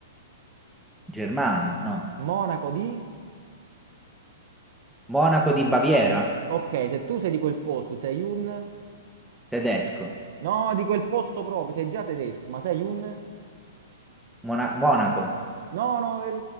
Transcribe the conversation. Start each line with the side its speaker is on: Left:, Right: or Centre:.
Centre: Germania, no.
Right: Monaco di...
Centre: Monaco di Baviera,
Right: Ok, se tu sei di quel posto, sei un...
Centre: tedesco.
Right: No, di quel posto proprio, sei già tedesco, ma sei un...
Centre: Mona- Monaco.
Right: No, no, il-